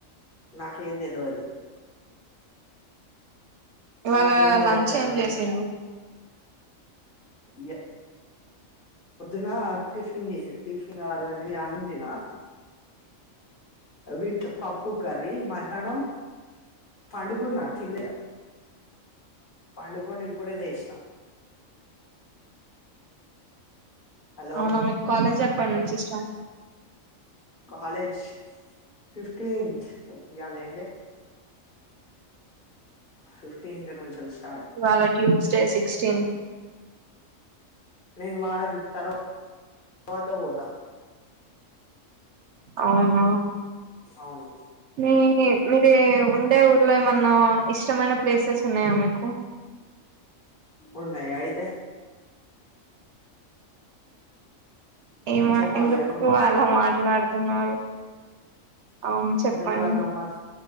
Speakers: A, on the left; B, on the right.
A: నాకేంద్ నో అది
B: ఇవాళ
A: నాకేం తెలవదండి
B: లంచ్ ఏం చేసిండు
A: జీయా పొద్దున టిఫ్న్ జెస్ టిఫిన్ కాదుగాని అన్నం తిన్న విత్ పప్పు కర్రి మటను పాండుకున్నా తిన్నాగ పండుకొని ఇప్పుడే లేసిన హలో
B: అవునా మీకు కాలేజ్ ఎప్పటి నుంచి స్టార్ట్
A: కాలేజ్ ఫిఫ్టీన్త్ ఎయాల ఏం డే ఫిఫ్టీన్జి వాచ్
B: వాళ్ళ ట్యూస్డే సిక్స్టీన్
A: నేను వారం తర్వా తర్వాత పోతా
B: అవునా
A: అవును
B: మీ మీర ఉండే ఊర్లో ఏమన్నా ఇష్టమైన ప్లేసెస్ ఉన్నాయా మీకు
A: ఉన్నాయ్ అయితే
B: ఏమ
A: చెప్పాలా
B: ఎందుకు
A: ఇప్పుడు
B: అలా మాట్లాడుతున్నారు. అవును చెప్పండి
A: ఎందుకు అలా మాట్లా